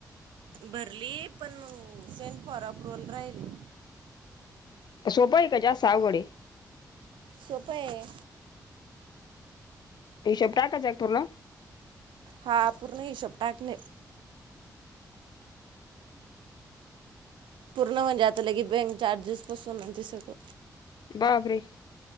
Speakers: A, on the right (about 80°); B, on the left (about 60°).
A: भरली पण मग सेंट फॉर अप्रुवल राहिली.
B: सोपा आहे का जास्त अवघड आहे.
A: सोपय
B: हिशोब टाकायचा पूर्ण.
A: हा पूर्ण हिशब टाकले. पूर्ण म्हणजे आलं की बँक चार्जेस पासून ते सगळं.
B: बापरे.